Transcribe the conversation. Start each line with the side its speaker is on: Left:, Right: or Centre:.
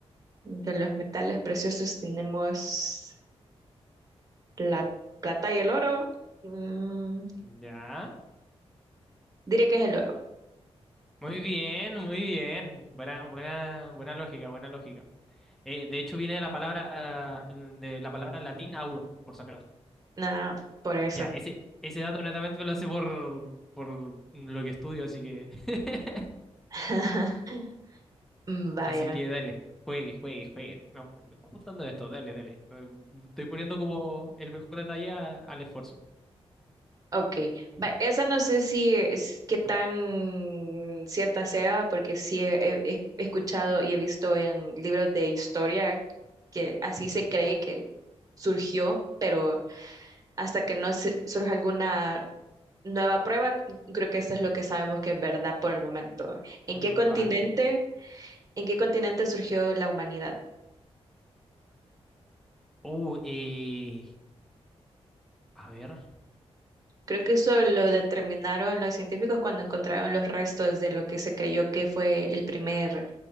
Right: entre los metales preciosos tenemos la plata y el oro. Mm,
Centre: Ya.
Right: diré que es el oro.
Centre: Muy bien, muy bien. Buena, buena, buena lógica, buena lógica. Eh, de hecho, viene de la palabra, ah, de la palabra latín auro, por sacar.
Right: Nada, por eso.
Centre: Ya, ese, ese dato netamente me lo hace por, por lo que estudio, así que, <laughs>
Right: <laughs> Vaya.
Centre: así que dale. Juegue, juegue, juegue. Me gu- me está gustando esto, dale, dale. Eh, Estoy poniendo como el mejor detalle a- al esfuerzo.
Right: Ok, va, esa no sé si es qué tan cierta sea, porque sí he, he- he escuchado y he visto en libros de historia que así se cree que surgió, pero hasta que no se- surja alguna nueva prueba, c- creo que eso es lo que sabemos que es verdad por el momento. ¿En
Centre: Vale.
Right: qué continente, en qué continente surgió la humanidad?
Centre: Uh, eh, a ver.
Right: Creo que eso lo determinaron los científicos cuando encontraron los restos de lo que se creyó que fue el primer